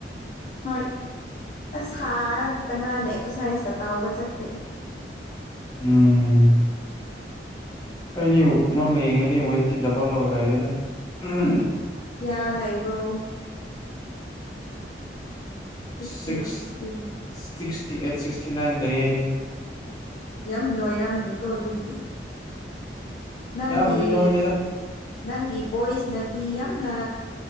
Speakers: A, on the left; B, on the left.
A: ꯍꯣꯏ ꯑꯁ ꯁꯥꯔꯒ ꯀꯅꯥꯅ ꯑꯦꯛꯁꯔꯁꯥꯏꯁꯀ ꯇꯥꯎꯕ ꯆꯠꯇꯦꯗ
B: ꯎꯝ ꯑꯩꯗꯤ ꯅꯪ ꯌꯦꯡꯉꯗꯤ ꯋꯦꯠꯇꯤ ꯗꯕꯜꯂꯣ ꯂꯩꯔꯦꯗ ꯎꯝ
A: ꯀꯌꯥ ꯂꯩꯕ꯭ꯔꯣ fifty
B: six
A: sixty
B: sixty eight sixty nine ꯂꯩꯌꯦ ꯑꯩꯗꯤ
A: ꯌꯥꯝ ꯂꯣꯏꯔꯝꯅꯤꯀꯣ ꯑꯗꯨꯗꯤ ꯅꯪꯒꯤ
B: ꯌꯥꯝꯕꯨꯗꯤ ꯅꯣꯏꯗꯦꯗ
A: ꯅꯪꯒꯤ ꯕꯣꯏꯁꯅꯗꯤ ꯌꯥꯝꯅ